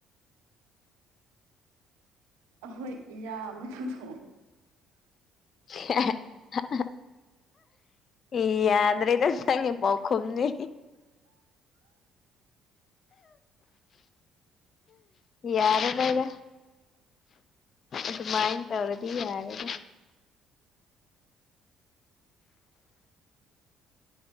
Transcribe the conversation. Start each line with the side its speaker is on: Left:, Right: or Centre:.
Right: ꯈꯣꯏ ꯏ ꯃ ꯊ
Left: <unintelligible> ꯏ ꯌꯥꯗ꯭ꯔꯦ ꯏꯗ ꯅꯪꯉꯦ ꯄꯥꯎꯈꯝꯅꯤ ꯌꯥꯔꯕꯩꯗ ꯑꯗꯨꯃꯥꯏꯟ ꯇꯧꯔꯗꯤ ꯌꯥꯔꯒ